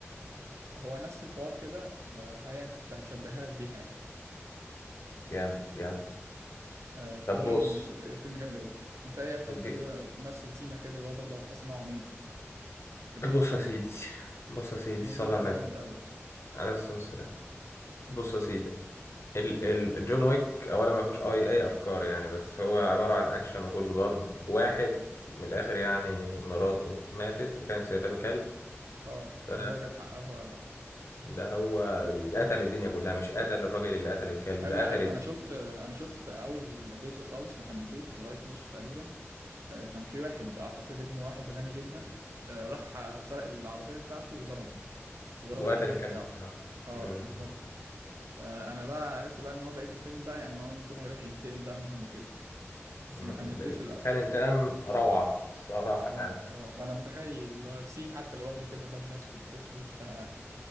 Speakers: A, on the right (about 80°); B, on the left (about 65°).
A: هو نفس الحوار كده ب- فهي كنت هشبهها لك بيها يعني
B: جامد جامد
A: آه، فهو
B: طب بص
A: الم- المسلسل- الفيلم جامد قوي انت اي افلام
B: ج-
A: تاني بقى في نفس التيمه كده اللي هو برضه هتحس ان هو عميق جرين
B: بص
A: مايل
B: يا سيدي بص يا سيدي
A: جرين
B: صلى
A: مايل
B: على
A: ده
B: النبي
A: جامد قوي
B: عليه الصلاة والسلام
A: هتقول
B: بص يا
A: سلام
B: سيدي ال ال جون ويك اولا ما فيهوش اي اي افكار يعني بس هو عبارة عن اكشن وكله ضرب واحد من الاخر يعني مراته ماتت وكانت سايبه له كلب
A: اه
B: ف
A: آه، هو جاب حقه هو بقى
B: ده هو قتل الدنيا كلها مش قتل الراجل اللي قتل الكلب
A: ايوه
B: ده
A: انا
B: قتل
A: عارف
B: الدنيا
A: انا شفت انا شفت في اول جزء خالص ما كملتوش لغايه نصه تقريبا آه، كان في واحد اعتقد ابن واحد غني جدا آه، راح سرق العربيه بتاعته وضربه وضرب
B: وقتل
A: الكلب
B: الكلب
A: بتاعه
B: بتاعه
A: اه
B: أمم،
A: بالظبط آه، انا بقى عرفت بقى ان هو بقيه الفيلم بقى يعني ان هو المفروض هيروح ينتقم بقى منهم وكده بس
B: أمم.
A: ما كملتوش للاسف
B: كان انتقام روعة الصراحة
A: اه
B: يعني.
A: اه ما انا متخيل اللي هو السيم حتى اللي واخده كده بدله اسود في اسود ف آه،